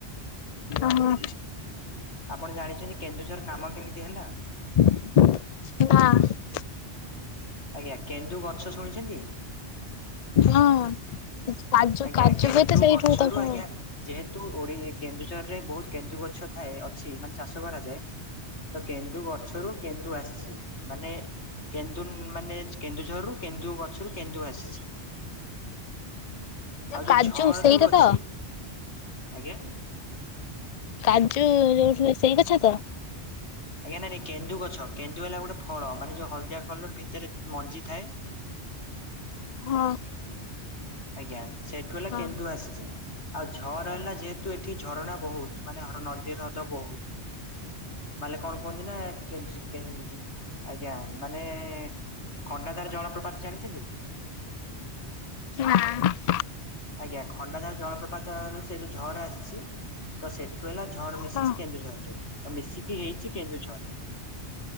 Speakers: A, on the left (about 60°); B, on the left (about 85°).
A: ଓହୋ
B: ଆପଣ ଜାଣିଛନ୍ତି କେନ୍ଦୁଝର ନାମ କେମିତି ହେଲା?
A: ନାଁ
B: ଆଜ୍ଞା କେନ୍ଦୁ ଗଛ ଶୁଣିଛନ୍ତି।
A: ହଁ କାଜୁ
B: ଆଜ୍ଞା
A: କାଜୁ
B: କେନ୍ଦୁ
A: ହୁଏ ତ ସେଇଠୁ
B: ଗଛରୁ
A: ତାକୁ
B: ଆଜ୍ଞା ଯେହେତୁ ଓଡି କେନ୍ଦୁଝର ରେ ବହୁତ କେନ୍ଦୁ ଗଛ ଥାଏ ଅଛି ମାନେ ଚାଷ କରାଯାଏ। ତ କେନ୍ଦୁ ଗଛରୁ କେନ୍ଦୁ ଆସିଛି ମାନେ କେନ୍ଦୁ ମାନେ କେନ୍ଦୁଝରରୁ କେନ୍ଦୁ ଗଛରୁ କେନ୍ଦୁ ଆସିଛି। ଆଉ ଯୋଉ
A: କାଜୁ
B: ଝଅ
A: ସେଇଟା
B: ଯୋଉ ଅଛି
A: ତ
B: ଆଜ୍ଞା।
A: କାଜୁ ଯୋଉଠୁ ହୁଏ ସେଇ ଗଛ ତ।
B: ଆଜ୍ଞା ନାଇଁ ନାଇଁ କେନ୍ଦୁ ଗଛ କେନ୍ଦୁ ହେଲା ଗୋଟେ ଫଳ ମାନେ ଯୋଉ ହଳଦିଆ କଲର ଭିତରେ ମଞ୍ଜିଥାଏ।
A: ହଁ।
B: ଆଜ୍ଞା ସେଠୁ ହେଲା
A: ଓହୋ
B: କେନ୍ଦୁ ଆସିଚି। ଆଉ ଝର ହେଲା ଯେହେତୁ ଏଠି ଝରଣା ବହୁତ ମାନେ ନଦୀ ହ୍ରଦ ବହୁ ମାଲେ କଣ କୁହନ୍ତି ନା କେଞ୍ଜି କେ ଆଜ୍ଞା ମାନେ ଖଣ୍ଡାଧାର ଜଳପ୍ରପାତ ଜାଣିଚନ୍ତି?
A: ନାଁ।
B: ଆଜ୍ଞା ଖଣ୍ଡା ଧାର ଜଳପ୍ରପାତରୁ ସେ ଯୋଉ ଝର ଆସିଚି। ତ ସେଠୁ ହେଲା ଝର
A: ହଁ
B: ମିଶିଛି କେନ୍ଦୁଝରରେ ଆଉ ମିଶିକି ହେଇଛି କେନ୍ଦୁଝର।